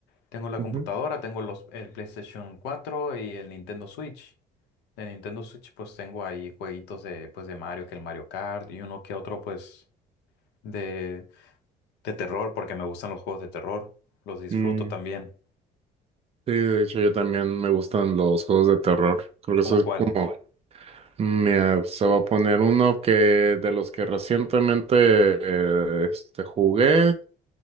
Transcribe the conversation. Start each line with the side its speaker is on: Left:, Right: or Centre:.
Left: Tengo la
Right: ujú.
Left: computadora, tengo los, el PlayStation 4 y el Nintendo Switch. De Nintendo Switch pues tengo ahí jueguitos de, pues, de Mario, que el Mario Kart y uno que otro pues de, de terror, porque me gustan los juegos de terror. Los disfruto
Right: Mm.
Left: también.
Right: Sí, de hecho yo también me gustan los juegos de terror. Creo que
Left: ¿Cómo
Right: eso es
Left: cuál?
Right: como, ¿Cuál? mira, se va a poner uno que de los que recientemente eh, este, jugué